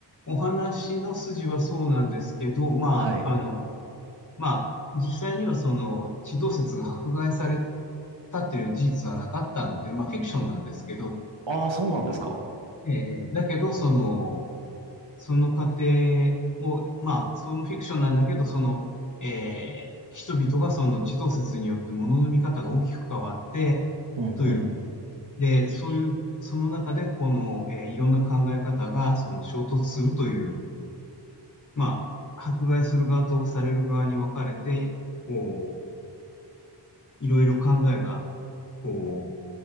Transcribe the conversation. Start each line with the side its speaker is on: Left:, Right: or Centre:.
Left: お話の筋はそうなんですけど、まあ、
Right: はい。
Left: あの、まあ、実際にはその、地動説が迫害されたという事実はなかったので、まあ、フィクションなんですけど、
Right: ああ、そうなんですか。
Left: えーだけど、その、その過程を、まあ、そのフィクションなんだけど、その、えー人々がその地動説によって物の見方が大きく変わって、
Right: うんう
Left: という、で、そういう、その中で、この、えーいろんな考え方が、その衝突するという、まあ、迫害する側とされる側に分かれて、こう、いろいろ考えが、こ